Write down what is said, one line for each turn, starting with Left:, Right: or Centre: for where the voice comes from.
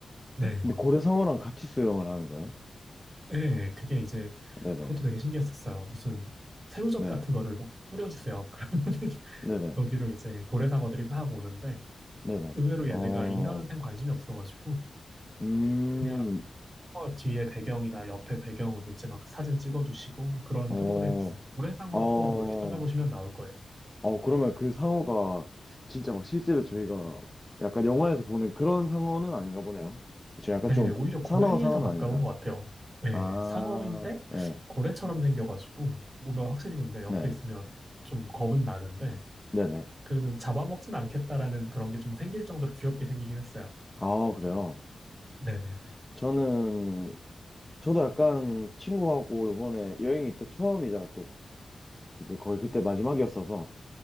Right: 네.
Left: 근데 고래 상어랑 같이 수영을 하는 거예요?
Right: 예, 그게 이제
Left: 네네.
Right: 그것도 되게 신기했었어요. 무슨 새우젓
Left: 네.
Right: 같은 거를 막 뿌려주세요. <laughs> 그러면
Left: 네네.
Right: 거기로 이제 고래상어들이 막 오는데
Left: 네네.
Right: 의외로
Left: 어,
Right: 얘네가 인간한텐 관심이 없어가지고
Left: 음,
Right: 그냥 어, 뒤에 배경이나 옆에 배경으로 이제 막 사진 찍어주시고 뭐 그런
Left: 어,
Right: 프로그램이 있어요. 고래상어
Left: 어,
Right: 투어 뭐 이렇게 찾아보시면 나올 거예요.
Left: 어, 그러면 그 상어가 진짜 막 실제로 저희가 약간 영화에서 보는 그런 상어는 아닌가 보네요. 그쵸. 약간
Right: 네,
Left: 좀
Right: 오히려
Left: 사나운
Right: 고래에
Left: 상어는
Right: 더 가까운
Left: 아닌가.
Right: 것 같아요. 네,
Left: 아,
Right: 상어인데
Left: 네.
Right: 고래처럼 생겨가지고 뭔가 확실히 근데 옆에
Left: 네.
Right: 있으면 좀 겁은 나는데
Left: 네네.
Right: 그래도 잡아먹진 않겠다라는 그런 게 좀 생길 정도로 귀엽게 생기긴 했어요.
Left: 아, 그래요.
Right: 네네네.
Left: 저는, 저도 약간 친구하고 이번에 여행이 또 처음이자 또 이제 거의 그때 마지막이었어서